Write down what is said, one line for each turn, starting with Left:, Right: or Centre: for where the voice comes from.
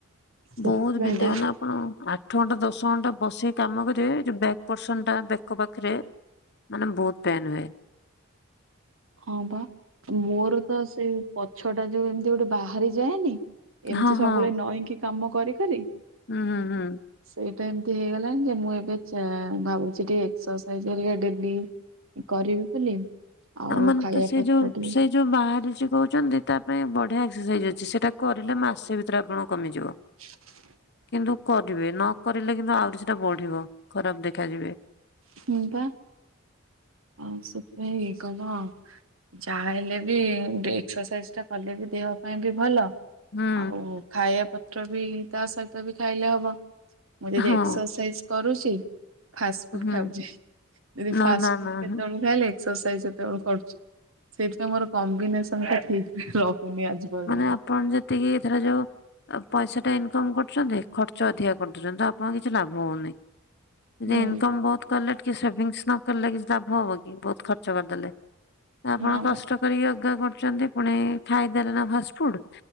Right: ସେଥିପାଇଁ
Left: ବହୁତ୍ ବିନ୍ଧେ
Right: ତ
Left: ମାନେ ଆପଣ ଆଠ ଘଣ୍ଟା ଦଶ ଘଣ୍ଟା ବସିକି କାମ କରିବେ ଯଉ ବ୍ୟାକ୍ ପର୍ସନ ଟା ବେକ ପାଖେରେ ମାନେ ବହୁତ୍ ପେନ୍ ହୁଏ।
Right: ହଁ ବା, ମୋର ତ ସେଇ ପଛ ଟା ଯୋଉ ଏମିତି ଗୋଟେ ବାହାରି ଯାଏନି ଏମିତି
Left: ହଁ
Right: ସବୁବେଳେ
Left: ହଁ
Right: ନଈକି କାମ କରିିକରି
Left: ହୁଁ, ହୁଁ, ହୁଁ।
Right: ସେଇଟା ଏମତି ହେଇଗଲାଣି ଯେ ମୁଁ ଏବେ ଚେ ଭାବୁଚି ଟିକେ ଏକ୍ସରସାଇଜ୍ ହେରିକା ଡ଼େଲି କରିବି ବୋଲି।
Left: ଆମନ
Right: ଖାଇବା
Left: ତ ସେଇ
Right: ପତ୍ର
Left: ଯୋଉ
Right: ଟିକେ
Left: ସେଇ ଯୋ ଯଉ ବାହାରିଛି କହୁଛନ୍ତି ତା ପାଇଁ ବଢିଆ ଏକ୍ସରସାଇଜ୍ ଅଛି ସେଇଟା କରିଲେ ମାସେ ଭିତରେ ଆପଣଙ୍କ କମିଯିବ।
Right: <inaudible>
Left: କିନ୍ତୁ କରିବେ, ନକରିଲେ କିନ୍ତୁ ଆହୁରି ସେଟା ବଢିବ ଖରାପ ଦେଖାଯିବେ।
Right: ହୁଁ ପା ଆଉ ସେତିପାଇଁ ଇଏ କଲ ଯାହା ହେଲେ ବି ଏକ୍ସରସାଇଜ ଟା କଲେ ବି ଦେହ ପାଇଁ ବି ଭଲ।
Left: ହୁଁ
Right: ଆଉ ଖାଇବା ପତ୍ର ବି ତା ସହିତ ବି ଖାଇଲେ ହବ। ମୁଁ ଯଦି
Left: ହଁ
Right: ଏକ୍ସରସାଇଜ କରୁଚି ଫାଷ୍ ଫୁଡ୍
Left: ହୁଁ
Right: ଖାଉଛଚି, ଦିଦି
Left: ନା
Right: ଫାଷ୍ଟ
Left: ନା
Right: ଫୁତ୍
Left: ନା
Right: କେତେବେଳୁ
Left: ହୁଁ।
Right: ଖାଇଲେ? ଏକ୍ସରସାଇଜ୍ ସେତେବେଳୁ କରୁଚି। ସେଇଥିପାଇଁ ମୋର କମ୍ବିନେସନ ଟା ଠିକ୍ରେ ରହୁନି ଆଜି। ପର୍ଯ୍ୟନ୍ତ
Left: ମାନେ ଆପଣ ଯେତିକି ଧରା ଯାଉ ଆଉ ପଇସା ଟା ଇନକମ୍ କରୁଚନ୍ତି ଖର୍ଚ୍ଚ ଅଧିକା କରିଦଉଚନ୍ତି ତ ଆପଣଙ୍କ କିଛି ଲାଭ ହଉନି। ଯଦି
Right: ହୁଁ
Left: ଇନକମ୍ ବହୁତ କଲେ ଟିକେ ସେଭିଙ୍ଗସ୍ ନକଲେ କିଛି ଲାଭ ହବ କି ବହୁତ ଖର୍ଚ୍ଚ କରିଦେଲେ। ଆପଣ
Right: ନା
Left: କଷ୍ଟ
Right: ମ
Left: କରିକି ରୋଜଗାର କରୁଛନ୍ତି ପୁଣି ଖାଇଦେଲେ ନା ଫାଷ୍ଟ ଫୁଡ୍